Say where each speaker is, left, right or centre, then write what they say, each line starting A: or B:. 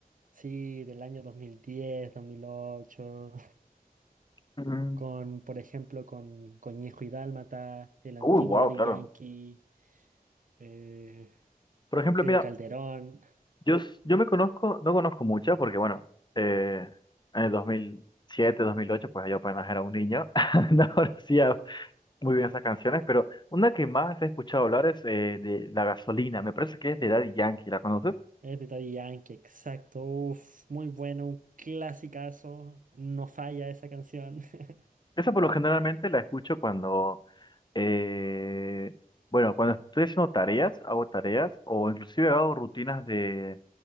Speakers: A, on the right; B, on the left.
A: sí, del año dos dos mil diez dos mil ocho
B: Mm.
A: con, por ejemplo, con Conejo y Dálmata, el antiguo
B: Uy, wow,
A: Daddy
B: claro.
A: Yankee, eh,
B: Por ejemplo,
A: Tego
B: mira,
A: Calderón,
B: Yo, s- yo me conozco, no conozco muchas porque, bueno, eh, en el dos dos mil siete dos mil ocho pues yo apenas era un niño, <laughs> no conocía muy bien esas canciones, pero una que más he escuchado hablar es eh, de La Gasolina, me parece que es de Daddy Yankee, ¿la conoces?
A: es de Daddy Yankee, exacto, uf, muy bueno, un clasicazo, no falla esa canción. <laughs>
B: Esa por lo generalmente la escucho cuando, eh, bueno, cuando estoy haciendo tareas, hago tareas o inclusive hago rutinas de,